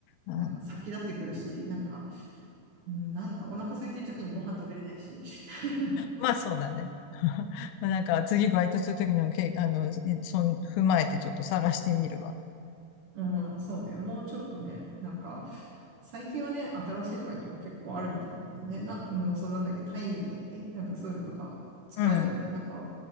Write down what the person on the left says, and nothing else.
あー
まあそうだね。まあ、なんか次バイトするときのけ、あの、そん、踏まえてちょっと探してみるわ。
うん。うん